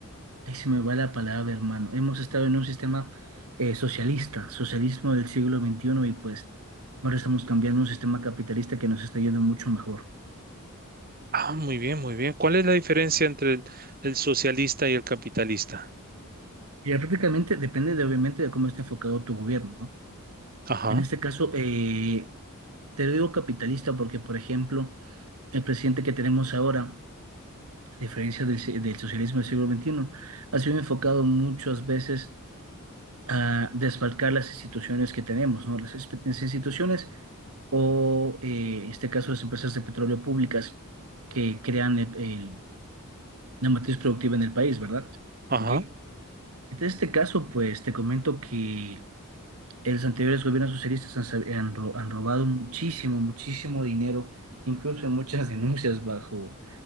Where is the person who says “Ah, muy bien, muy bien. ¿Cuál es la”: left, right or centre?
Right